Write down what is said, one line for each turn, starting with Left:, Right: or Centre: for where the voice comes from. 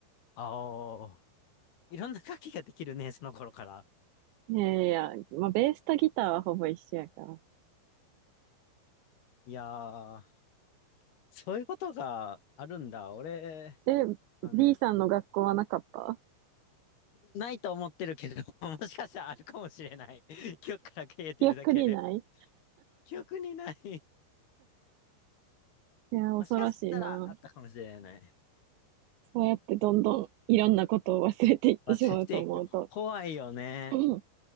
Left: ああー、いろんな楽器ができるね、その頃から。
Right: いやいやいや、まあ、ベースとギターはほぼ一緒やから。
Left: いやー、そういうことがあるんだ。俺、
Right: で、
Left: あの、
Right: B さんの学校はなかった
Left: ないと思ってるけど、<laughs> もしかしたらあるかもしれない。<laughs> 記憶から消えてるだけで。
Right: 記憶にないい
Left: 記憶にない。
Right: や、恐ろしいな。
Left: もしかしたらあったかもしれない。
Right: そうやってどんどんいろんなことを忘れていってしまうと思うと、
Left: 忘れていく。怖いよね。
Right: うん